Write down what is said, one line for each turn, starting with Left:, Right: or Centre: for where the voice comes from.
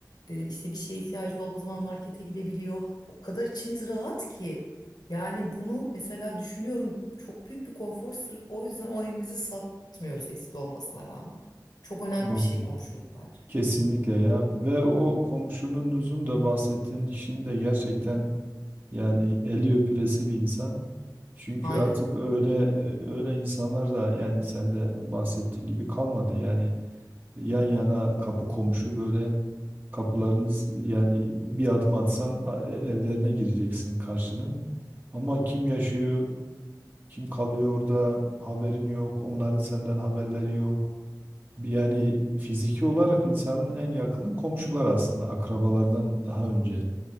Left: E, işte bir şeye ihtiyacı olduğu zaman markete gidebiliyor o kadar içimiz rahat ki. Yani bunu mesela düşünüyorum çok büyük bir konfor sırf o yüzden o evimizi satmıyoruz eski olmasına rağmen. Çok önemli
Right: Anladım.
Left: bir şey komşuluk bence.
Right: Kesinlikle ya ve o komşununuzun da bahsettiğin kişinin de gerçekten yani eli öpülesi bir insan. Çünkü
Left: Aynen.
Right: artık öyle e, öyle insanlar da yani sen de bahsettiğin gibi kalmadı. Yani yan yana kapı komşu böyle kapılarınız yani bir adım atsan a- e- evlerine gireceksin karşının. Ama kim yaşıyor, kim kalıyor orada haberin yok, onların senden haberleri yok. Yani fiziki olarak insanın en yakını komşular aslında akrabalardan daha önce.